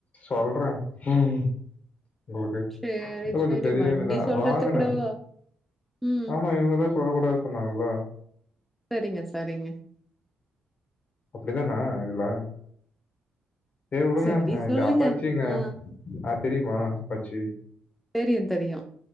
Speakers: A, on the left; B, in the centre.
A: சொல்றே ம் உங்களுக்கு
B: சேரி
A: செல்லுங்க
B: சேரி
A: பெரியவங்க
B: வண்டி
A: நீங்க தா
B: சொல்றது
A: வாங்குனே
B: கூடவா ம்
A: ஆமா இவங்க தா சொல்ல கூடாத் சொன்னாங்கல்ல
B: சரிங்க சரிங்க
A: அப்டி தானா இதுல செரி விடுங்க
B: சரி
A: இது
B: சொல்லுங்க.
A: அப்பாச்சிங்க
B: ஆ,
A: அத் தெரியுமா அப்பாச்சி
B: தெரியூ தெரியூ